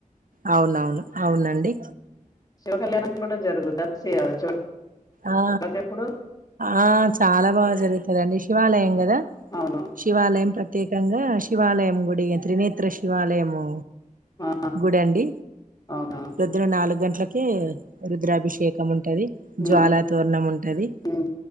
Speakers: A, on the right; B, on the left.
A: అవునవును అవునండి
B: శివ కళ్యాణం కూడా జరుగుద <inaudible>
A: ఆ
B: అది ఎప్పుడు
A: ఆ చాలా బాగా జరుగుతదండి శివాలయంగా ద
B: అవును
A: శివాలయం ప్రక్ ప్రత్యేకంగా శివాలయం గుడి త్రినేత్ర శివాలయము
B: ఆ
A: గుడండి
B: అవునా
A: ప్రొద్దున నాలుగు గంటల్ ట్లకే రుద్రాభిషేకం ఉం టది
B: ఉమ్,
A: జ్వాలా తోరణం ఉంటది
B: ఉమ్,